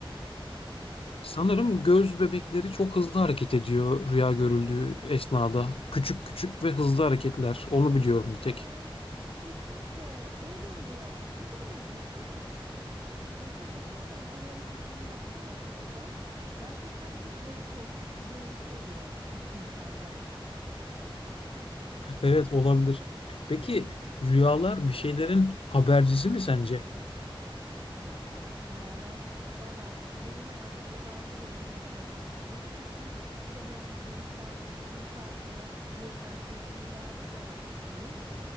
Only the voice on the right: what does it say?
Evet
ya. Kesinlikle öyle oluyor. Ne kadar ilginç değil mi? Düşünsene gözün açıkken o hareketleri yapsan aslında gerçekten çok böyle korkunç bir görüntü oluyor <laughs> insanda.
He, rüyalar. Valla benim hayatımda bazı şeylerin habercisi gibi. Çünkü sanırım insan bilinçaltına yönlendirdiği bazı gerçekleri